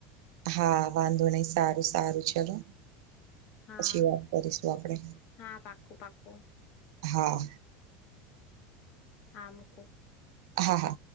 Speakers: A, on the right; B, on the left.
A: હા વાંધો નહીિ સારું સારું ચલો
B: હા
A: પછી વાત કરીશું આપણેે
B: હા પાક્કું પાક્કું
A: હા.
B: હામક
A: હા હા.